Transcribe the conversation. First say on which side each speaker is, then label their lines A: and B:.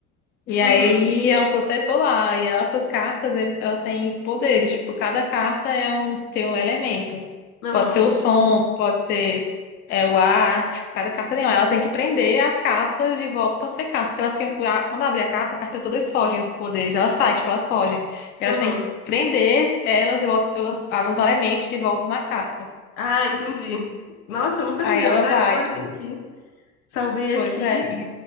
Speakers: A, on the left; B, on the left.
A: E aí
B: uhum,
A: ele é um protetor lá, e ela- essas cartas, ele, ela tem poderes, tipo, cada carta é um, tem um elemento.
B: aham,
A: Pode ser o som, pode ser é, o ar, tipo, cada carta tem um. Ela tem que prender as cartas de volta a ser cartas, porque elas têm, um fu- a- quando abrir a carta, a carta todas fogem, os poderes, elas saem, tipo, elas fogem. elas
B: aham.
A: têm que prender elas de volta, os, os elementos de volta na carta.
B: Ah, entendi. Nossa, eu nunca
A: Aí
B: vi, eu
A: ela
B: até
A: vai,
B: guardei aqui. Salvei
A: pois
B: aqui.
A: é, e